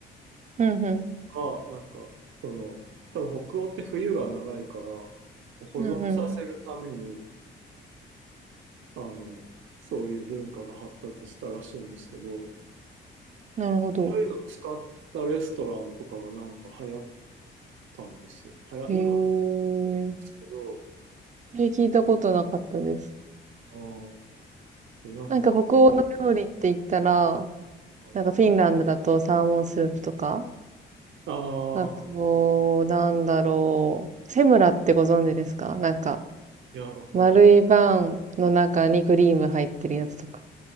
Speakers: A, on the right (about 40°); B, on the right (about 75°).
A: うんうん。
B: が、なんか、その、多分北欧って冬が長いから、保
A: うんうん。
B: 存させるために、あの、そういう文化が発達したらしいんですけど、
A: なるほど。
B: そういうのを使ったレストランとかがなんか流行ったんですよね。はや、
A: へえ。
B: 今、ですけど、
A: え、聞いたことなかったです。
B: ああなんか、
A: なんか北欧の料理って言ったら、
B: はい
A: なんかフィンランドだとサーモンスープとか、
B: ああ、
A: あと、なんだろう、セムラってご存知ですかなんか、
B: いや、わかんない
A: 丸いバンの中にクリーム入ってるやつとか。